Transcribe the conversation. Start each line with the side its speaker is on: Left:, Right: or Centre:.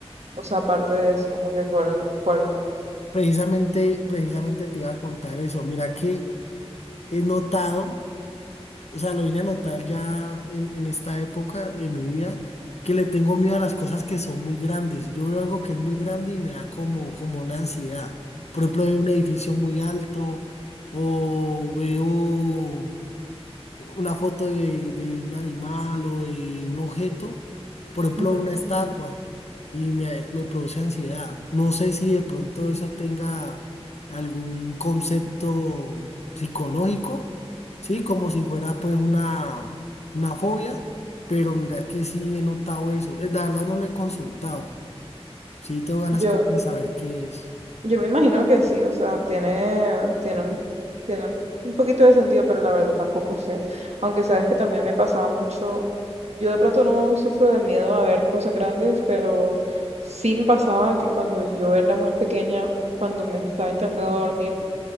Right: o sea, aparte de eso, como que cuál, cuál.
Left: Precisamente, precisamente te iba a contar eso. Mira que he notado. O sea, lo vine a notar ya en, en esta época de mi vida, que le tengo miedo a las cosas que son muy grandes. Yo veo algo que es muy grande y me da como, como una ansiedad. Por ejemplo, veo un edificio muy alto o veo una foto de, de un animal o de un objeto, por ejemplo,
Right: Ujú, ujú.
Left: una estatua, y me, me produce ansiedad. No sé si de pronto eso tenga algún concepto psicológico, ¿sí? Como si fuera pues una, una fobia, pero mira que sí he notado eso. Eh, La verdad no lo he consultado. Sí, tengo ganas
Right: Yo,
Left: como de saber qué es.
Right: Yo me imagino que sí, o sea, tiene, tiene, un- tiene un poquito de sentido, pero la verdad tampoco sé. Aunque sabes que también me pasaba mucho, yo de pronto no sufro de miedo a ver cosas grandes, pero sí me pasaba que cuando yo era más pequeña, cuando me estaba intentando dormir,